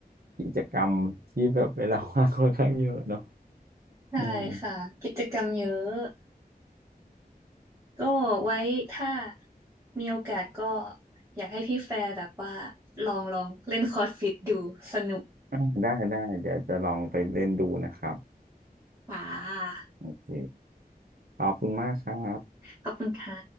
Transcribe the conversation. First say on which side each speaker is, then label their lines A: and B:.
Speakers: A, on the right; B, on the right.
A: กิจกรรมที่แบบเวลาว่างค่อนข้างเยอะเนาะ
B: ใช่ค่ะ
A: อืม
B: กิจกรรมเยอะ ก็ไว้ถ้ามีโอกาสก็อยากให้พี่แฟร์แบบว่าลองลองเล่นคอร์สฟิตดูสนุก
A: อ่ะได้ได้เดี๋ยวจะลองไปเล่นดูนะครับ
B: ค่ะ
A: โอเคขอบคุณมากครับ
B: ขอบคุณค่ะ